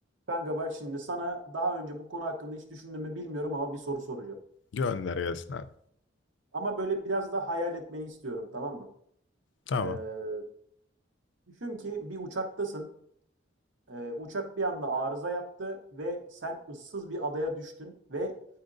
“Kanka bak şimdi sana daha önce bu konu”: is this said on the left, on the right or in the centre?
Right